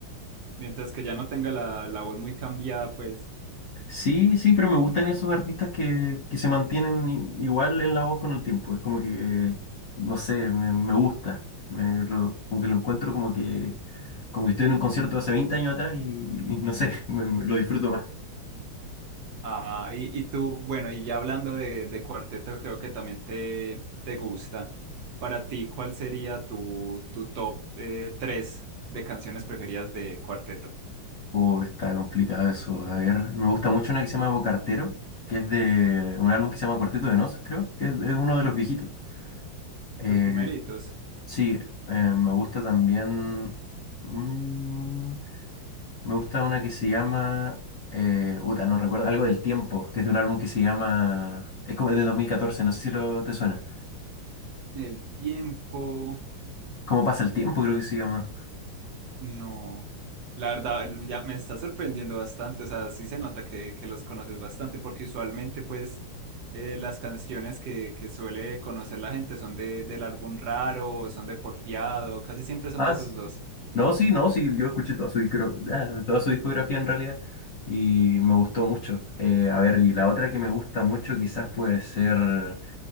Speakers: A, on the right; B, on the left.
A: Mientras que ya no tenga la, la voz muy cambiada, pues.
B: Sí, sí, pero me gustan esos artistas que, que se mantienen i- igual en la voz con el tiempo, es como que, no sé, me, me gusta, me, lo- como que lo encuentro como que, como que estoy en un concierto hace 20 años atrás y, y no sé, <laughs> me- me- lo disfruto más.
A: Ah, y, y tú, bueno, y ya hablando de, de cuarteto, creo que también te, te gusta. Para ti, ¿cuál sería tu, tu top eh, tres de canciones preferidas de cuarteto?
B: Uh, está complicado eso. A ver, me gusta mucho una que se llama Bocartero, que es de un álbum que se llama Cuarteto de Nos, creo, que es, es uno de los viejitos. Eh,
A: Los primeritos.
B: sí, eh, me gusta también. mm, me gusta una que se llama. Eh, puta, no recuerdo, algo del tiempo, que es de un álbum que se llama. Es como de 2014, no sé si lo te suena.
A: El tiempo.
B: ¿Cómo pasa el tiempo? Creo que se llama.
A: No, la verdad, ya me está sorprendiendo bastante, o sea, sí se nota que, que los conoces bastante, porque usualmente pues eh, las canciones que, que suele conocer la gente son de, del álbum raro, o son de Porfiado, casi siempre son
B: Ah,
A: de esos
B: sí.
A: dos.
B: No, sí, no, sí, yo escuché toda su, discro- ah, toda su discografía en realidad y me gustó mucho. Eh, a ver, y la otra que me gusta mucho quizás puede ser...